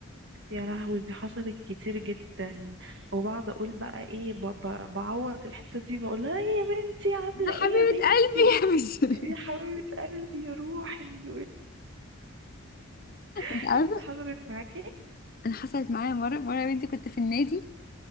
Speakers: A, on the right (about 55°); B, on the left (about 45°).
A: يا لهوي دي حصلت كتير جدا وبقعد اقول بقى ايه ب- ب- بعوض الحته دي بقول لها "إيه يا بنتي عامله
B: ده حبيبة
A: ايه يا بنتي
B: قلبي يا بس
A: يا
B: <laughs>
A: حبيبه قلبي يا روحي <laughs>
B: انت عارفة
A: انت حصلت معاكي
B: انا حصلت معايا مرة مرة يا بنتي كنت في النادي